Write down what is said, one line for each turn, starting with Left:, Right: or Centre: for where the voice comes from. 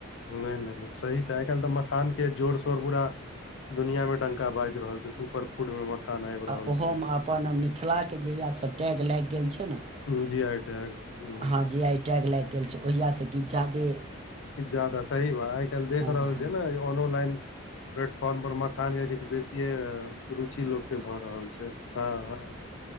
Left: नहि नहि सही छै आइ काल्हि तऽ मखान के जोर शोर तऽ पुरा दुनिया मे डंका बाजि रहल छै सुपर फूड में मखान आबि रहल
Right: आओ ओहोमे
Left: छै
Right: अपन मिथिलाके जहियास से टैग लागि गेल छै ने।
Left: हूं जी टैग हुं
Right: हँ जी आइ टैग लाइग गेल छै ओहियासँ किछ जा्यदे।
Left: किछ जादा सही बा आइ काल्हि देख
Right: हँ
Left: रहल
Right: हँ
Left: छै ने। ऑनोलाइन प्लेटफॉर््म पर मखान के किछ बेसी रुचि लोकके भऽ रहल छै हँ हँ।